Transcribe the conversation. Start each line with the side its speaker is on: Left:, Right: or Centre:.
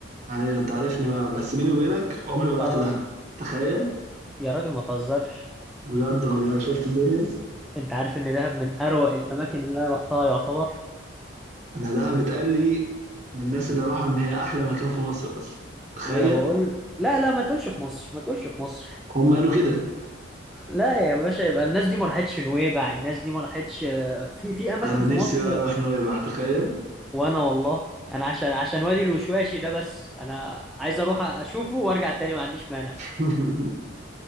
Right: أيوة أنت عارفني بقى بس بيني وبينك عمري ما رحت
Centre: اه
Right: دهب تخيل
Centre: يا راجل ما تهزرش
Right: بجد والله شفت الدنيا
Centre: انت عارف ان دهب من اروع الاماكن اللي انا رحتها يعتبر
Right: أنا دهب اتقال لي من الناس اللي راحوا إن هي أحلى مكان في مصر أصلا
Centre: ما
Right: تخيل
Centre: انا بقول لا لا ما تقولش في مصر ما تقولش في مصر
Right: هم قالوا كده
Centre: لا يا باشا يبقى الناس دي ما راحتش نويبع الناس دي ما راحتش آه، في في اماكن
Right: أنا
Centre: في
Right: نفسي
Centre: مصر
Right: بقى أروح نويبع تخيل
Centre: وانا والله انا عشان عشان وادي الوشواشي ده بس انا عايز اروح اشوفه وارجع تاني ما عنديش مانع
Right: <laughs>